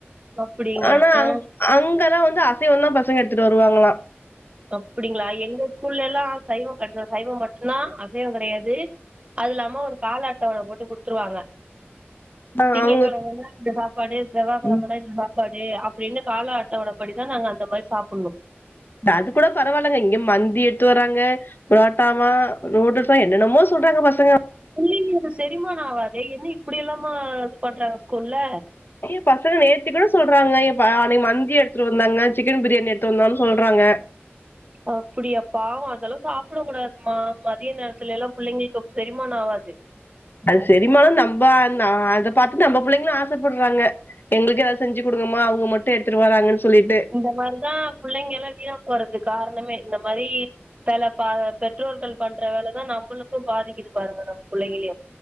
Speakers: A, on the right (about 30°); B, on the left (about 55°).
A: அப்டிங்க.
B: ஆனா
A: அ
B: அங்க அங்க வந்து அசைந்தா பசங்க எடுத்துட்டு வருவாங்களா
A: அப்படிங்களா எங்க ஸ்கூல்லேலா சைவங் கட்னா சைவொ மட்டுந்தா அசைவொ கெடையாது அது இல்லாம ஒரு கால அட்டவன போட்டு குடுத்துருவாங்க
B: ஆ
A: திங்க
B: அவங்க
A: கெழமன்னா இந்த சாப்பாடு செவ்வா கெழமன்னா
B: ம்
A: இந்த சாப் பாடு அப்டின்னு கால அட்டவணபடிதா நாங்க அந்த மாரி சாப்பண்ணு
B: அது கூட பரவால்லைங்க இங்க மந்தி எடுத்து வர்றாங்க புரோட்டாவா நூடுல்ஸா என்னென்னமோ சொல்றாங்க பசங்க
A: பிள்ளைங்களுக்கு செரிமானோ ஆவாதே என்ன இப்படியல்லாம இது பண்றாங்க ஸ்கூல்ல
B: ஏ பசங்க நேத்தி கூட சொல்றாங்க ஏ அன்னக்கி மந்தி எடுத்துட்டு வந்தாங்க சிக்கன் பிரியாணி எடுத்துட்டு வந்தான் சொல்றாங்க
A: அப்படியா பாவோ அதல்லா சாப்ட கூடாதுமா மதிய நேரத்துலேல்லா பிள்ளைங்களுக்கு செரிமான ஆவாது
B: அது செரிமானோ நம்ப ந அத பாத்து நம்ம பிள்ளைங்களு ஆசப்பற்றாங்க எங்களுக்கு எதாச்சு செஞ்சு குடுங்கமா அவுங்க மட்டு எடுத்துட்டு வராங்கன் சொல்லிட்டு
A: இந்த மாரிதா பிள்ளைங்கல்லா வீணா போறதுக் காரணமே இந்த மாரி செல ப பெற்றோர்கள் பண்ற வேலதா நமபளுக்கு பாதிக்குது பாருங்க நம்ம புள்ளைகளையு